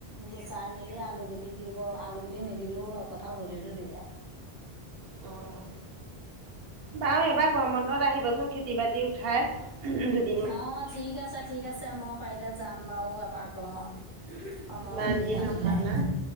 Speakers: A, on the left (about 30°); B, on the right (about 70°).
A: গুচাই মেলি আলু গুটি দিব, আলু গুটি নিদিলেও হয় কঁঠাল গুটিটো দিব।
B: অ'। বাৰু, এইবাৰ গৰম বন্ধত আহিবচোন খেতি- বাতি উঠাই, উহ উ য
A: অ', ঠিক আছে ঠিক আছে, মই পাৰিলে যাম বাৰু এপাক <unintelligible> সময়
B: ইমান
A: সুবিধা
B: দিন
A: মিলাই।
B: অহা নাই